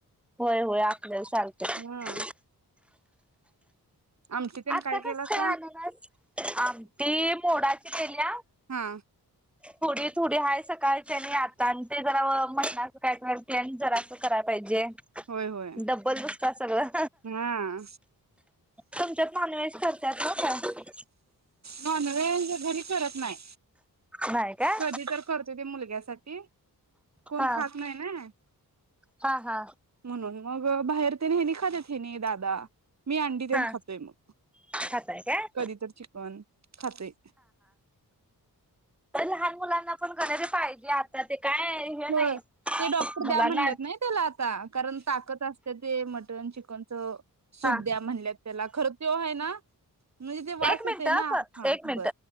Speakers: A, in the centre; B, on the right (about 45°).
A: होय होय आपल्याला चालतय.
B: हा आमटी तेन
A: आता
B: काय केलासा
A: कस? आननस आमती मोडाची गेल्या-
B: हम.
A: थोडी थोडी हाय सकाळच्या आणि आता आणि ते जरा मटणाचं काय प्लॅन जराचं करायला पाहिजे.
B: होय होय
A: डब्बल दुसत सगळं
B: हा.
A: तुमच्यात नॉनव्हेज करतात ना का
B: नॉनव्हेज घरी करत नाही.
A: नाही काय
B: कधी तर करते ते मुलग्यासाठी. कोण
A: हा
B: खात नाही ना.
A: हा हा
B: म्हणून मग बाहेर तेन हेनी खातेत, हेनी दादा मी अंडी तेन
A: हा
B: खातोय मग.
A: खाताय काय
B: कधी तर चिकन खाते.
A: पण लहान- मुलांना पण गणरी पाहिजे आता ते काय हे
B: हो.
A: नाही
B: ते डॉक्टर
A: मुलांना
B: द्या म्हणत नाही त्याला, आता कारण ताकद असते ते. मटन चिकनच सूप
A: हा
B: द्या म्हणल्या त्याला, खरं तो आहे ना? म्हणजे ते वास
A: एक
B: येते
A: मिनिट आ,
B: ना हा
A: एक मिनट.
B: बर